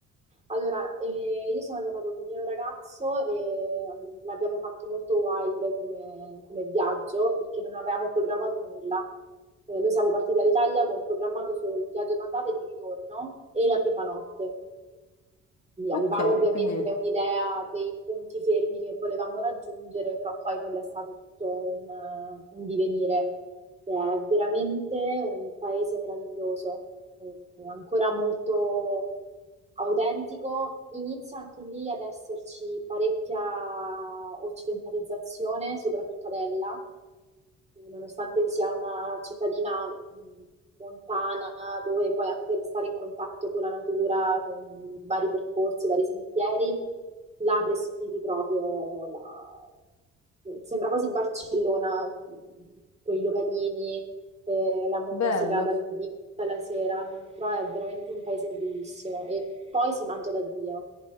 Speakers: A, on the right; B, on the left.
A: Allora, eh, io sono andata con il mio ragazzo e mm, l'abbiamo fatto molto wild come, come viaggio perché non avevamo programmato nulla. Eh, noi siamo partiti dall'Italia con programmato solo il viaggio d'andata e di ritorno e la prima notte. Quindi
B: Ok,
A: Avevamo ovviamente
B: quindi
A: un'idea dei punti fermi che volevamo raggiungere, però poi quello è stato tutto un, eh, un divenire. È veramente un paese meraviglioso, eh, ancora molto autentico. Inizia anche lì ad esserci parecchia occidentalizzazione, soprattutto ad Ella nonostante sia una cittadina mh, montana, dove puoi anche restare in contatto con la natura, con vari percorsi, vari sentieri, là respiri proprio la- Sembra quasi Barcellona, mh, con i localini, eh, la musica
B: bello.
A: dal vivo alla sera, però è veramente un paese bellissimo e poi si mangia da Dio.